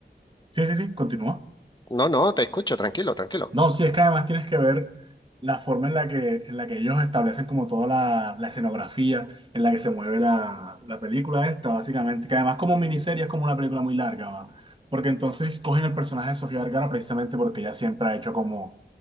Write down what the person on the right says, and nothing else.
Sí, sí, sí, continúa.
No, sí, es que además tienes que ver la forma en la que, en la que ellos establecen como toda la, la escenografía en la que se mueve la, la película esta, básicamente, que además como miniserie es como una película muy larga, ¿va? Porque entonces cogen el personaje de Sofía Vergara precisamente porque ella siempre ha hecho como,